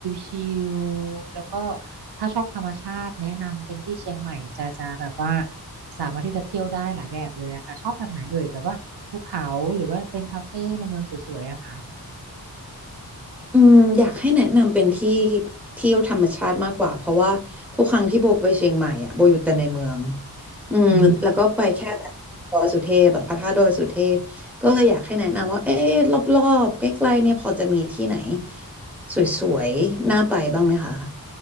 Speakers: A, on the right; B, in the centre.
A: ชิลๆแล้วก็ถ้าชอบธรรมชาติแนะนำเป็นที่เชียงใหม่จะจะแบบว่าสามารถที่จะเที่ยวได้หลายแบบเลยอะค่ะชอบแบบไหนเอ่ยแบบว่าภูเขาหรือว่าเป็นคาเฟ่ในเมืองสวยๆอะค่ะ
B: อืมอยากให้แนะนำเป็นที่เที่ยวธรรมชาติมากกว่าเพราะว่าทุกครั้งที่โบไปเชียงใหม่อะโบอยู่แต่ในเมืองอืมแล้วก็ไปแค่แบบดอยสุเทพแบบพระธาตุดอยสุเทพก็เลยอยากให้แนะนำว่าเอ๊ะรอบๆใกล้ๆเนี่ยพอจะมีที่ไหน
A: อืม
B: สวยๆน่าไปบ้างไหมคะ